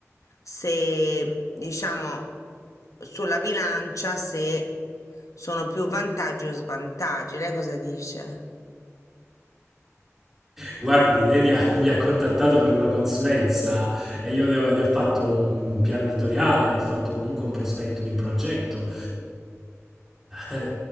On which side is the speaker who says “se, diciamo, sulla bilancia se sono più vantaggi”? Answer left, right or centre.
Left